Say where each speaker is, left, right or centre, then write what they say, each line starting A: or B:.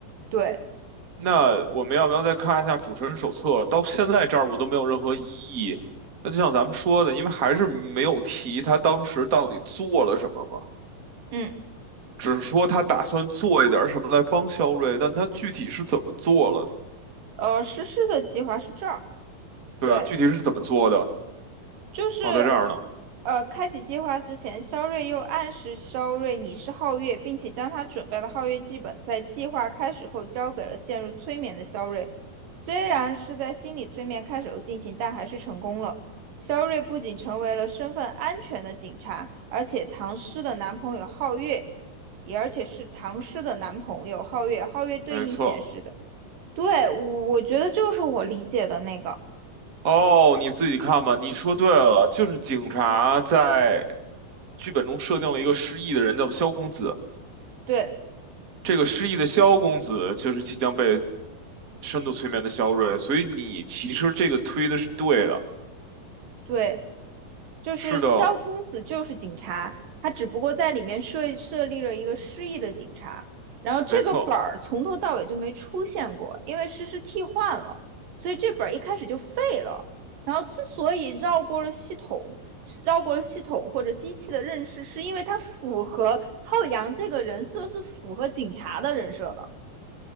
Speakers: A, on the right; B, on the right.
A: 对，
B: 那我们要不要再看一下主持人手册？到现在这儿我都没有任何异议。那就像咱们说的，因为还是没有提他当时到底做了什么嘛，
A: 嗯，
B: 只是说他打算做一点儿什么来帮肖瑞，但他具体是怎么做了？
A: 呃，实施的计划是这儿，
B: 对啊，
A: 对。
B: 具体是怎么做的？
A: 就是
B: 哦，在这儿呢，
A: 呃，开启计划之前，肖瑞又暗示肖瑞你是皓月，并且将他准备的皓月剧本在计划开始后交给了陷入催眠的肖瑞。虽然是在心理催眠开始后进行，但还是成功了。肖瑞不仅成为了身份安全的警察，而且唐诗的男朋友皓月，也而且是唐诗的男朋友皓月，皓月对应显示的。
B: 没错。
A: 对，我我觉得就是我理解的那个，
B: 哦，你自己看吧。你说对了，就是警察在剧本中设定了一个失忆的人，叫做肖公子。
A: 对
B: 这个失忆的萧公子就是即将被深度催眠的萧睿，所以你其实这个推的是对的，
A: 对。就是萧公子就是警察，
B: 是的，
A: 他只不过在里面设设立了一个失忆的警察，然后这个本儿从头到尾就没出现过，
B: 没错。
A: 因为诗诗替换了，所以这本儿一开始就废了。然后之所以绕过了系统，是绕过了系统或者机器的认识，是因为它符合浩洋这个人设是符合警察的人设的。